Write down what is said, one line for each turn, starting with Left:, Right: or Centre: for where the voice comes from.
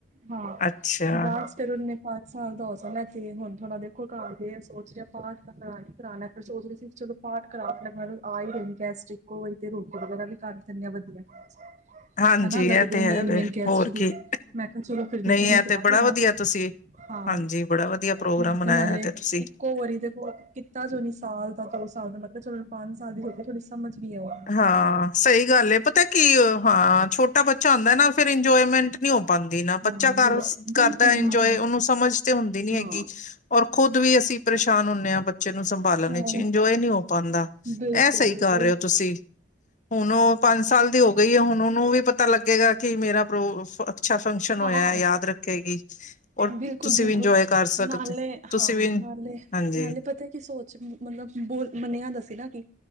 Right: ਹਾਂ
Left: ਅੱਛਾ!
Right: ਬਸ ਫਿਰ ਉਹਨੇ ਪੰਜ ਸਾਲ ਦਾ ਹੋ ਜਨਾ ਤੇ ਹੁਣ ਥੋੜਾ ਦੇਖੋ ਘਰ ਦੇ ਸੋਚ ਰਹੇ ਆ ਪਾਠ ਤਾਂ ਕਰਾਣਾ ਹੀ ਕਰਾਣਾ ਆ ਫੇਰ ਸੋਚ ਰਹੇ ਸੀ ਚਲੋ ਪਾਠ ਕਰਾ ਆਪਾਂ ਆ ਹੀ ਰਹੇ ਐ ਗੈਸਟ ਤੇ ਇੱਕੋ ਵਾਰ ਰੋਟੀ ਵਗੈਰਾ ਵੀ ਕਰ ਤੈਨੇ ਵਧੀਆ ਹਾਂਜੀ ‌।
Left: ਹਾਂਜੀ
Right: ਹਨਾ ਲੱਗਦੇ
Left: ਇਹ ਤੇ ਹੈ
Right: ਮੇਨ-ਮੇਨ
Left: ਵੇ
Right: ਗੈਸਟ
Left: ਹੋਰ
Right: ਦੀ,
Left: ਕੀ
Right: ਮੈਂ ਕਿਹਾ ਚਲੋ ਫੇਰ
Left: ਨਹੀਂ
Right: ਦੀਦੀ ਨੂੰ
Left: ਇਹ
Right: ਕਹਿ
Left: ਤੇ ਬੜਾ
Right: ਦੇਵਾ।
Left: ਵਧੀਆ ਤੁਸੀਂ
Right: ਹਾਂ,
Left: ਹਾਂਜੀ ਬੜਾ ਵਧੀਆ ਪ੍ਰੋਗਰਾਮ
Right: ਮੈਂ
Left: ਮਨਾਇਆ
Right: ਕਿਆ ਨਾਲੇ
Left: ਤੇ ਤੁਸੀਂ
Right: ਇੱਕੋ ਵਾਰੀ ਦੇਖੋ ਕੀਤਾ ਜੋ ਨੀ ਸਾਲ ਦਾ, ਦੋ ਸਾਲ ਦਾ ਮੈ ਕਿਆ ਚਲੋ ਪੰਜ ਸਾਲ ਦੀ ਹੋ ਜੇ ਥੋੜ੍ਹੀ ਸਮਝ ਵੀ ਆਏ।
Left: ਹਾਂ, ਸਈ ਗੱਲ ਏ ਪਤਾ ਕੀ ਏ ਹਾਂ ਛੋਟਾ ਬੱਚਾ ਹੁੰਦਾ ਨਾ ਫਿਰ ਇੰਜੋਏਮੈਂਟ ਨੀ ਹੋ ਪਾਂਦੀ ਨਾ, ਬੱਚਾ
Right: ਹਾਂ
Left: ਕਰ
Right: ਬਿਲਕੁਲ
Left: ਕਰਦਾ
Right: ਬਿਲਕੁਲ
Left: ਇੰਜੋਏ
Right: ਹਾਂ
Left: ਉਹਨੂੰ ਸਮਝ ਤੇ ਹੁੰਦੀ ਨੀ ਹੈਗੀ
Right: ਹਾਂ
Left: ਔਰ ਖੁੱਦ ਵੀ ਅਸੀਂ ਪਰੇਸ਼ਾਨ ਹੁੰਨੇ ਆ ਬੱਚੇ ਨੂੰ ਸੰਭਾਲਣ
Right: ਹਾਂ
Left: ਇਚ ਇੰਜੋਏ ਨੀ ਹੋ ਪਾਂਦਾ
Right: ਬਿਲਕੁਲ
Left: ਐ ਸਈ
Right: ਬਿਲਕੁਲ
Left: ਕਰ ਰਹੇ ਹੋ ਤੁਸੀਂ। ਹੁਨ ਉਹ ਪੰਜ ਸਾਲ ਦੀ ਹੋ ਗਈ ਏ ਹੁਨ ਉਹਨੂੰ ਵੀ ਪਤਾ ਲੱਗੇਗਾ ਕਿ ਮੇਰਾ ਪ੍ਰੋ ਅੱਛਾ ਫੰਕਸ਼ਨ
Right: ਹਾਂ
Left: ਹੋਇਆ ਯਾਦ ਰੱਖੇਗੀ ਔਰ
Right: ਬਿਲਕੁਲ
Left: ਤੁਸੀਂ
Right: ਬਿਲਕੁਲ
Left: ਵੀ ਇੰਜੋਏ ਕਰ ਸਕਦੇ
Right: ਨਾਲੇ
Left: ਤੁਸੀਂ
Right: ਹਾਂ,
Left: ਵੀ
Right: ਨਾਲੇ-ਨਾਲੇ
Left: ਹਾਂਜੀ
Right: ਪਤਾ ਕੀ ਸੋਚ ਮਤਲਬ ਬੋਲ ਮੰਨਿਆਦਾ ਸੀ ਨਾ ਕਿ